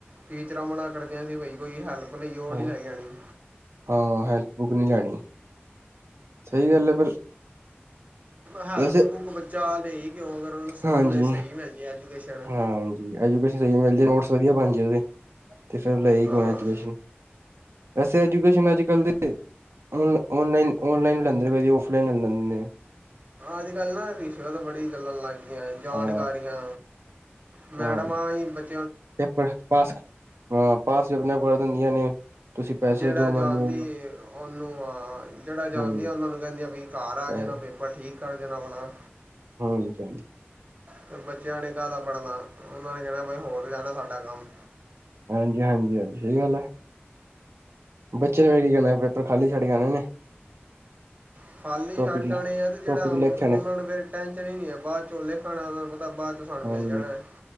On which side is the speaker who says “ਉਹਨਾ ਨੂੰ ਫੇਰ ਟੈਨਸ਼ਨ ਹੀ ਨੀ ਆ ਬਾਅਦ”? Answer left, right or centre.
Right